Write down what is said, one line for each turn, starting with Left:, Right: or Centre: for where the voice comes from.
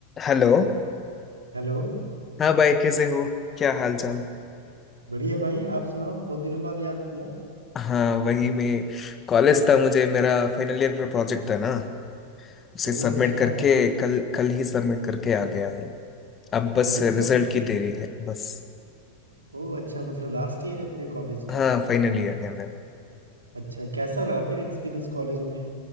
Left: Hello
Right: Hello
Left: हाँ भाई कैसे हो क्या हाल चाल
Right: बढ़िया भाई आप सुनाओ बहुत दिनों बाद याद किया
Left: हाँ वही मैं कॉलेज था मुझे मेरा फाइनल ईयर का प्रोजेक्ट था ना उसे
Right: ओह
Left: सबमिट
Right: अच्छा
Left: करके कल कल ही सबमिट करके आ गया हूँ अब
Right: तो
Left: बस
Right: कॉलेज
Left: रिजल्ट
Right: कब
Left: की देरी है बस
Right: ओह अच्छा मतलब लास्ट ईयर है फिर कॉलेज
Left: हाँ
Right: का
Left: फाइनल ईयर है मेरा
Right: अच्छा कैसा रहा फिर एक्सपीरियंस कॉलेज में